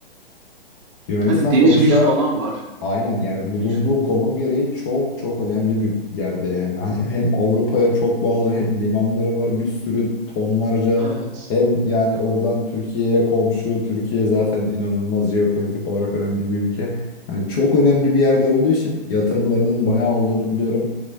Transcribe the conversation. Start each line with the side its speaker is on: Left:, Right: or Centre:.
Left: Yunanistan
Right: Hadi deniz
Left: sonuçta
Right: gücü falan var.
Left: Aynen yani bulunduğu
Right: Güçlü.
Left: konum gereği çok çok önemli bir yerde yani. Hem Avrupa'ya çok bağlı hem limanları var bir sürü tonlarca
Right: Evet.
Left: hem yani oradan Türkiye'ye komşu. Türkiye zaten inanılmaz jeopolitik olarak önemli bir ülke. Hani çok önemli bir yerde olduğu için yatırımlarının bayağı olduğunu biliyorum.